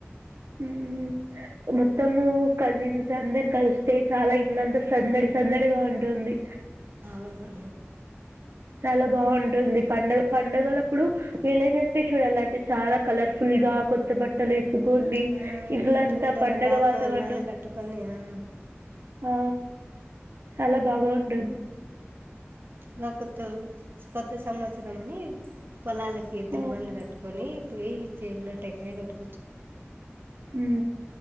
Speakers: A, on the right; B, on the right.
A: ఉహూ మొత్తము కజిన్స్ అందరు కలిస్తే చాలా ఇల్లంతా సందడి సందడిగా ఉంటుంది
B: అవును
A: చాలా బాగుంటుంది పండగ పండుగలప్పుడు విలేజెస్ ని చూడాలి అంటే చాలా కలర్ఫుల్ గా కొత్త బట్టలు వేసుకో ఉండి
B: ఆ,
A: ఇల్లంతా
B: ఇంటి ముందర
A: పండగ
B: బాగా
A: వాతావరణం
B: తోరణాలు కట్టుకొని ఆ,
A: ఆ చాలా బాగా ఉంటుంది
B: నా కొత్త కొత్త సంవత్సరం అని పొలాలకి ఎద్దుల
A: ఆ
B: బండ్లు కట్టుకొని పోయి చేనులో టెంకాయ కొట్టుకొని
A: ఊ